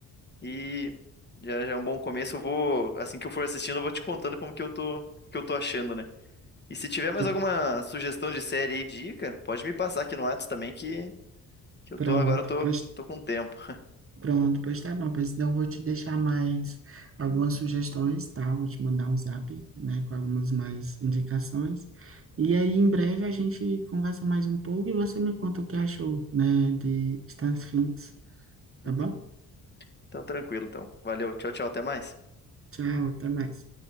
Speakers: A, on the left (about 25°); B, on the right (about 35°).
A: E já, já é um bom começo. Eu vou, assim que eu for assistindo, eu vou te contando como que eu tô, que eu tô achando, né? E se tiver mais
B: Pr-
A: alguma sugestão de série aí, dica, pode me passar aqui no Whats também que, que eu
B: pronto.
A: tô agora eu tô,
B: Pois
A: tô com tempo.
B: Pronto, pois tá bom. Pois então eu vou te deixar mais algumas sugestões, tá? Vou te mandar um zap, né, com algumas mais indicações. E aí em breve a gente conversa mais um pouco e você me conta o que achou, né, de Stan Sphinx, tá
A: Uhum.
B: bom?
A: Então tranquilo, então. Valeu, tchau, tchau, até mais.
B: Tchau, até mais.